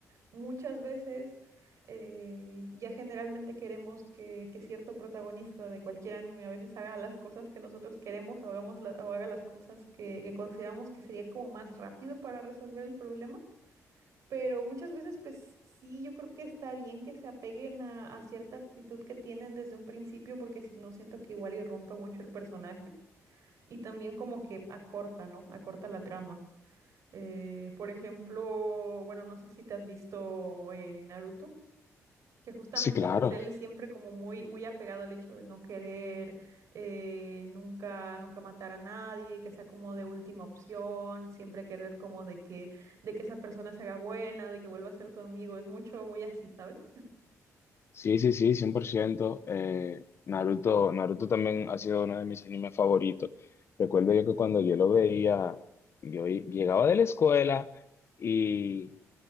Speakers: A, on the right; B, on the left.
A: muchas veces eh, ya generalmente queremos que, que cierto protagonista de cualquier anime a veces haga las cosas que nosotros queremos o, hagamos la- o haga las cosas que, que consideramos que sería como más rápido para resolver el problema. Pero muchas veces, pues sí, yo creo que está bien que se apeguen a, a cierta actitud que tienen desde un principio, porque si no, siento que igual y rompe mucho el personaje y también como que acorta, ¿no? Acorta la trama. Eh, por ejemplo, bueno, no sé si te has visto eh, Naruto que justamente
B: Sí, claro.
A: pues él siempre como muy muy apegado al hecho de no querer eh, nunca nunca matar a nadie, que sea como de última opción, siempre querer como de que de que esa persona se haga buena, de que vuelva a ser tu amigo, es mucho muy así, ¿sabes?
B: Sí, sí, sí, 100%. Eh, Naruto, Naruto también ha sido uno de mis animes favoritos. Recuerdo yo que cuando yo lo veía, yo i- llegaba de la escuela y,